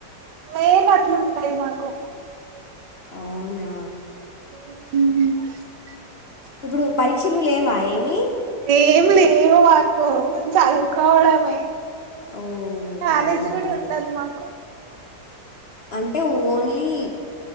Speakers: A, on the right; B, on the left.
A: మే నాటిలో ఉంటై మాకు
B: అవునా
A: హ
B: ఇప్పుడు పరీక్షలు లేవా ఏమి
A: ఏం లేవు వాసు చదువుకోవాలి
B: ఓ
A: కాలేజీ
B: అవునా
A: కూడా ఉండదు మాకు
B: అంటే ఓన్లీ